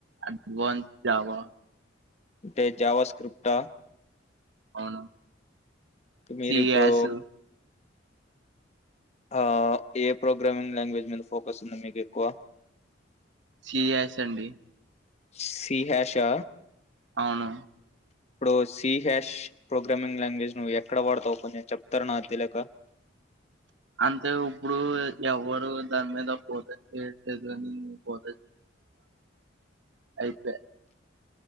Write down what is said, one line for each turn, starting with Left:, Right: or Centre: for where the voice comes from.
Right: అడ్వాన్స్ జవా
Left: టే జావ స్క్రిప్ట్స్ ఆ
Right: అవును
Left: మీరు
Right: సి
Left: ఇప్పుడు
Right: యసు
Left: ఆ ఏ ప్రోగ్రామింగ్ లాంగ్వేజ్ మీద ఫోకస్ ఉంది మీకు ఎక్కువ
Right: సిఎస్ అండి
Left: సిహాషా
Right: అవును
Left: ఇప్పుడు సి హ్యాష్ ప్రోగ్రామింగ్ లాంగ్వేజ్ నువ్వు ఎక్కడ వాడతావు కొంచెం చెప్తార నాక్ తెలియక
Right: అంతె ఇప్పుడు ఎవరు దాని మీద ఫోకస్ చెయ్యట్లేదు అని ఫోక అయిపే